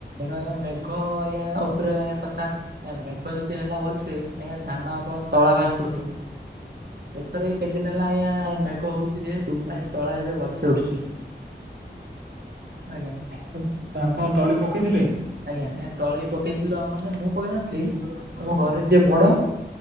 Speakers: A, on the right; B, on the right.
A: ନ ମେଘ ଆଜ୍ଞା ଉପରେ କଥା ଏ ମେଘ ଯଦି ହେଲା ଭଲସେ ଆଜ୍ଞା ଧାନ ଆପଣ ତଳା ଫାଷ୍ଟ ଉଠିବ। ଏଥର ଏଇ କେଦିନ ହେଲା ଆଜ୍ଞା ଆ ମେଘ ହଉଛି ଯେହେତୁ, ଆଁ ତଳା ଏବେ ଭଲସେ ଉଠୁଛି। ଆଜ୍ଞା।
B: ଆଛା, ଆଛା, ଆପଣ ତଳି ପକେଇଥିଲେ?
A: ଆଜ୍ଞା, ଏ ତଳି ପକେଇଥିଲୁ ଆମର ନା ମୁଁ ପକେଇ ନଥିଲି
B: ହଁ ହଁ
A: ଆମ ଘରେ ଯିଏ ବଡ